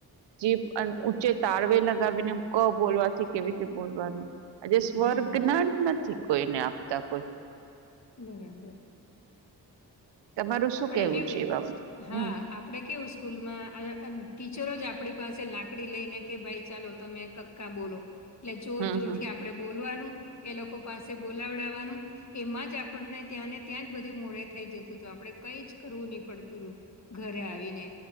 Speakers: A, on the right; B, on the left.
A: જીભ અને ઊચે તાળવે લગાવીને ક બોલવાથી કેવી રીતે બોલવાનું. આજે સ્વર્ગના
B: હમ,
A: ગ્યાન નથી કોઈને આપતા કોઈ.
B: બરાબર.
A: તમારું શું
B: આપડે કેવું
A: છે એ બાબત
B: હા.
A: હમ
B: આપડે કેવું સ્કૂલમાં અહ આમ ટીચરો જ આપડી પાસે લાકડી લઈને કે ભાઈ તમે કક્ કા બોલો એટલે જોર
A: હમ
B: જોર
A: હમ
B: થી આપડે બોલવાનું એ લોકો પાસે બોલાવડાવાનું એમાં જ આપણને ત્યાંને ત્યાં જ બધું મોડે થઈ જતું હતું આપડે કઈ જ કરવું નહી પડતું તું ઘરે આવીને